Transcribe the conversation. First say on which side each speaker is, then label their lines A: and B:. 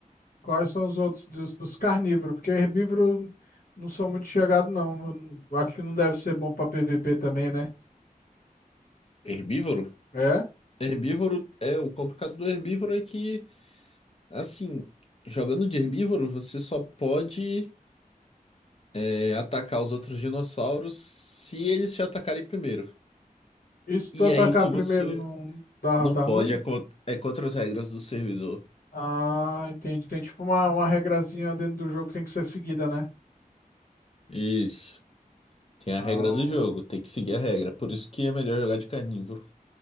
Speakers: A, on the left; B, on the left.
A: Quais são os outros dos, dos carnívoros? Porque herbívoro não sou muito chegado, não. Eu não- eu acho que não deve ser bom pra PVP também, né?
B: Herbívoro?
A: É?
B: Herbívoro é o complicado do herbívoro é que, assim, jogando de herbívoro, você só pode é, atacar os outros dinossauros se eles te atacarem primeiro.
A: E se
B: E
A: tu atacar
B: aí, se
A: primeiro,
B: você
A: não dá,
B: não
A: dá
B: pode,
A: ruim?
B: é, co- é contra as regras do servidor.
A: Ah, entendi. Tem tipo uma, uma regrazinha dentro do jogo que tem que ser seguida, né?
B: Isso. Tem a
A: Ah,
B: regra do jogo, tem que seguir a regra. Por isso que é melhor jogar de carnívoro.